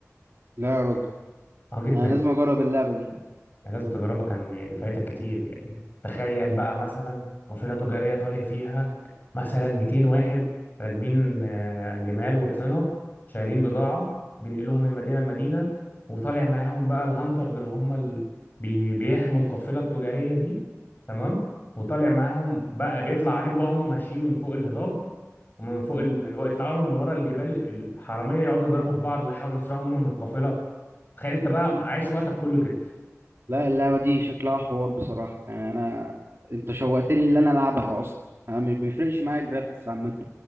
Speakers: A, on the right; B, on the left.
A: لا يا راجل
B: اه جدا
A: انا لازم اجرب اللعبه
B: يعني لازم تجربها كان يعني فايدة كتير يعني تخيل بقى مثلا قافلة تجارية طالع فيها مثلا 200 واحد راكبين آه، جمال وحصنة شايلين بضاعة بينقلوها من مدينة لمدينة وطالع معاهم بقى الهانترز اللي هم ال... بي... بيحموا القافلة التجارية دي تمام وطالع معاهم بقى يطلع عليهم بقى هم ماشيين من فوق الهضاب ومن فوق
A: دي
B: ال... من يطلعوا لهم من ورا الجبال ال- الحرامية يقعدوا يضربوا في بعض ويحاولوا يسرقوا منهم القافلة تخيل انت بقى عايش وقتك كله كده
A: لا اللعبة دي شكلها حوار بصراحة يعني أنا أنت شوقتني إن أنا ألعبها أصلا أنا مش بيفرقش معايا الجرافيكس عامة